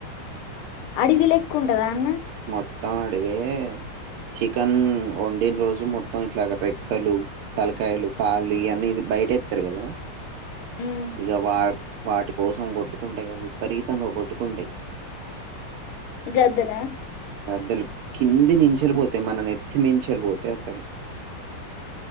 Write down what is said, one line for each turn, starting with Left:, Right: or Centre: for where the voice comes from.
Left: అడివి లెక్కుంటాద అన్న
Right: మెత్ తాడే చికెన్ వండిన్ రోజు మొత్తం ఇట్లాగ రెక్కలు తలకాయలు కాళ్ళు ఇయన్నీ ఇది బైట్ ఎత్తార్ గదా
Left: ఉమ్
Right: ఇగ వాక్ వాటి కోసం కొట్టుకుంటయ్ గవి విపరితంగా కొట్టుకుంటయ్
Left: గద్దల
Right: తేలు కింది నించెలి పోతయ్ మన నెత్తిమించెలి పోతయ్ అసలు